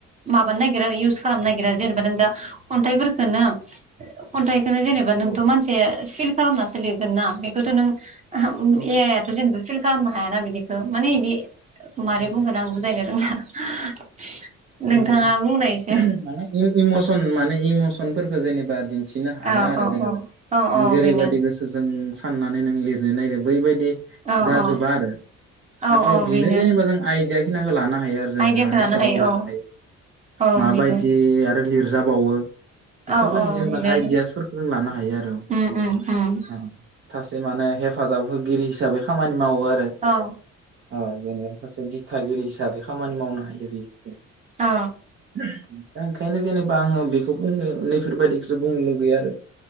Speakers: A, on the right; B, on the right.
A: माबानो नागिरो इउस खालामनो नागिरो जेनेबा नों दा खन्थाइफोरखोनो खन्थाइखोनो जेनेबा नोंथ'
B: औ
A: मानसि फिल खालामनासो लिरगोन ना बेखौथ' नों ओ
B: औ
A: ए आइ आथ' जेनेबा फिल खालामनो हायाना बिदि। माने इदि मोरै
B: नंगौ
A: बुंगोन आं बुजायनो <unintelligible>
B: औ औ
A: बुंनाय एसे
B: माने इम इमसन माने इमसनफोरखौ जेनेबा दिन न्थिनो हाया
A: औ
B: आरो
A: औ
B: जेनेबा
A: औ औ
B: नों
A: औ
B: जेरैबायदि
A: बेनो
B: गोसोजों साननानै नों लिरनो नागिरो बैबायदि
A: औ
B: जाजोबा
A: औ
B: आरो
A: औ
B: माथ्र'
A: औ बेनो
B: बिनो जेनेबा जों आइदिया <unintelligible> लाना हायो आरो जों
A: आइदियाखौ
B: मानि
A: लानो
B: सायाव
A: हायो
B: लिरनो।
A: औ औ
B: माबायदि
A: बेनो
B: आरो लिरजाबावो बेफोरबायदि
A: औ औ
B: जेनेबा
A: बेनो आरो
B: आइदियासफोरखौ जों लानो हायो आरो
A: उम उम उम
B: ओ सासे माने हेफाजाब होगिरि हिसाबै खामानि मावो आरो
A: औ
B: औ जेनेबा सासे दि थागिरि हिसाबै खामानि मावनो हायो <unintelligible>
A: औ
B: दा ओंखायनो जेनेब बा आङो बेखौ बुंनो नैफोरबायदिखौसो बुंनो लुगैया आरो।